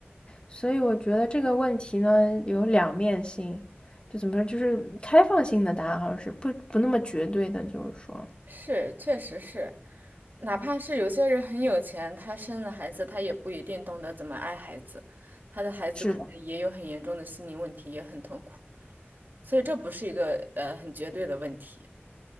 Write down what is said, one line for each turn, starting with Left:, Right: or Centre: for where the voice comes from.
Left: 所以我觉得这个问题呢有两面性，就怎么说，就是开放性的答案好像是不不那么绝对的，就是说，
Right: 是，确实是，哪怕是有些人很有钱，他生了孩子，他也不一定懂得怎么爱孩子，他的孩子可能也有很严重的心理问题，
Left: 是的。
Right: 也很痛苦，所以这不是一个呃很绝对的问题。